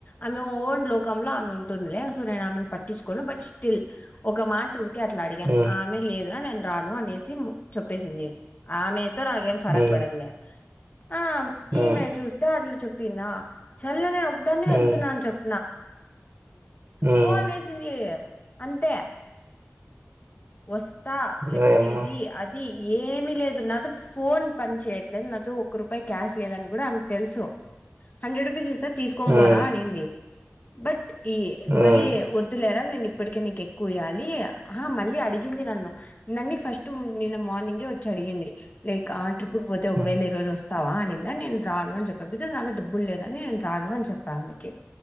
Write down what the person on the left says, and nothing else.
ఆమె ఓన్ లోకంలో ఆమె ఉంటుందిలే సూర్యని ఆమె పట్ బట్ స్టిల్ ఒక మాట ఉరికే అట్లా అడిగా
ఆమె లేదురా నే రాను అనేసి చెప్పేసింది ఆమెతో నాకేం ఫరక్
పడదులే ఆ
ఈమె చూస్తే వాటిలు చెప్పిందా సరలే నేను ఒకదాన్న
వెళ్తున్నాను చాప్
పో అనేసింది అంతే వస్తా లేకపోతే
ఇది ఏమి లేదు నాతో ఫోన్ పని చేయట్లేదు నాతో ఒక్క రూపాయి క్యాష్ లేదని కూడ ఆమెకు తెలుసు హండ్రె రూపీస్స్ ఇస్తా తీస్ <unintelligible>
అనింది బట్ ఈ
మళ్ళీ వద్దులేరా నేను ఇప్పటికే నీకు ఎక్కువ ఇయ్యాలి మళ్ళీ అ అడిగింది నన్ను నన్ని ఫస్ట్ నిన్న మార్నింగే వచ్చి అడిగింది <unintelligible> <unintelligible> పోతే ఒకవేళ
ఈరోజు వస్ తవా అనిందని నేను రాను అని చెప్పను బికజ్ నాతో డబ్బులు లేదని నేను రాను అని చెప్పా ఆమెకి